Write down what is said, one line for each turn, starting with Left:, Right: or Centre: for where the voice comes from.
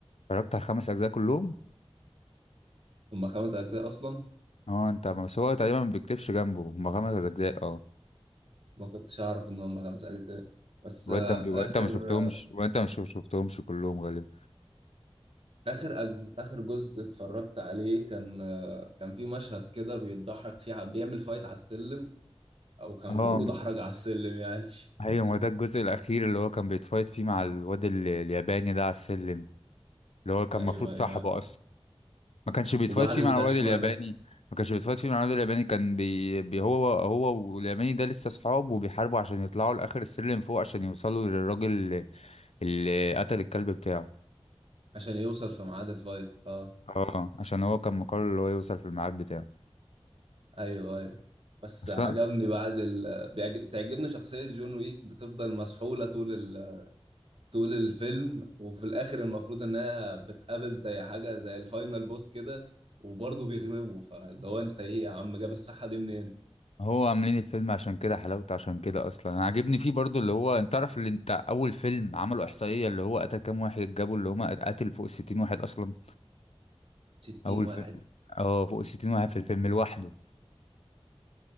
Left: اتفرجت على الخمس اجزاء كلهم
Right: هما خمس اجزاء اصلا
Left: اه انت بس هو تقريبا ما بيكتبش جنبه هما خمس اجزاء اه
Right: ما كنتش اعرف ان هما خمس اجزاء بس
Left: وانت
Right: آه،
Left: وانت
Right: اخر
Left: ما شفتهمش وانت ما شفتهمش كلهم غالبا
Right: اخر أجز... اخر جزء اتفرجت عليه كان آه، كان في مشهد كده بيتدحرج فيه ع- بيعمل فايت على السلم او كان
Left: اه
Right: كله دحرج على السلم يعني <laughs>
Left: ايوه ما ده الجزء الاخير اللي هو كان بيتفايت فيه مع الواد ال- الياباني ده على السلم اللي هو كان
Right: ايوه
Left: المفروض صاحبه
Right: ايوه
Left: اصلا ما كانش بيتفايت
Right: وبعد
Left: فيه
Right: الدشمله
Left: مع الواد الياباني ما كانش بيتفايت فيه مع الواد الياباني كان بي... بي هو هو والياباني ده لسه صحاب وبيحاربوا عشان يطلعوا لاخر السلم فوق عشان يوصلوا للراجل اللي اللي قتل الكلب بتاعه
Right: عشان يوصل في ميعاد الفايت اه
Left: اه عشان هو كان مقرر اللي هو يوصل في الميعاد بتاعه
Right: ايوه ايوه بس
Left: بس
Right: عجبني بعد ال... بيعجب... بتعجبني شخصيه جون ويك بتفضل مسحوله طول ال... طول الفيلم وفي الاخر المفروض انها بتقابل زي حاجه زي الفاينل بوس كده وبرضه بيغلبه فاللي هو انت ايه يا عم جاب الصحه دي منين
Left: هو عاملين الفيلم عشان كده حلاوته عشان كده اصلا انا عاجبني فيه برضو اللي هو انت تعرف اللي انت اول فيلم عملوا احصائيه اللي هو قتل كام واحد جابوا اللي هم قتل فوق الستين واحد اصلا
Right: 60
Left: اول
Right: واحد
Left: فيلم اه فوق الستين واحد في الفيلم لوحده